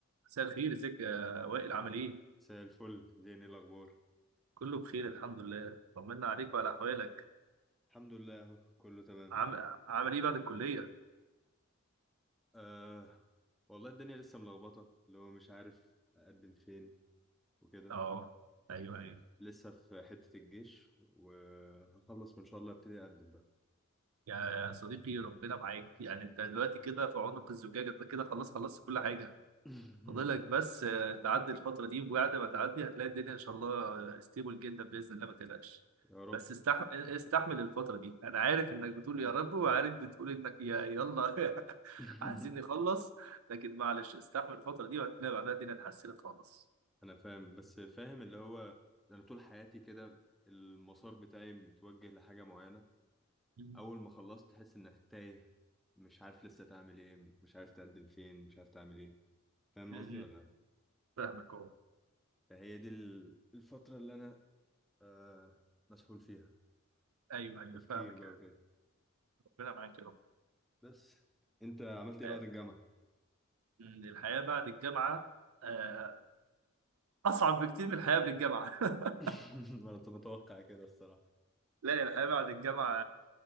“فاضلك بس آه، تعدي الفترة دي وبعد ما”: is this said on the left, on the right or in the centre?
Right